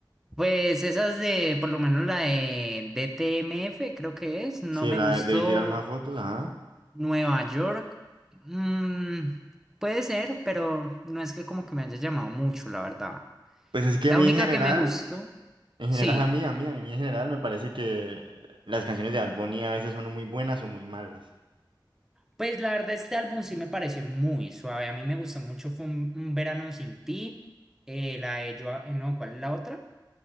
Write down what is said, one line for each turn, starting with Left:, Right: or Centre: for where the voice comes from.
Centre: Pues esas de, por lo menos la de DTMF, creo que es, no
Right: Sí,
Centre: me
Right: la
Centre: gustó.
Right: debí tirar más fotos, ajá.
Centre: Nueva York, mm, puede ser, pero no es que como que me haya llamado mucho, la verdad.
Right: Pues es que
Centre: La
Right: a mí
Centre: única
Right: en general,
Centre: que me gustó,
Right: en
Centre: sí.
Right: general a mí, a mí, a mí en general me parece que las canciones de Bad Bunny a veces son o muy buenas o muy malas.
Centre: Pues la verdad, este álbum sí me pareció muy suave. A mí me gustó mucho. Fue un, un verano sin ti. eh, la de yo. eh, no, ¿cuál es la otra?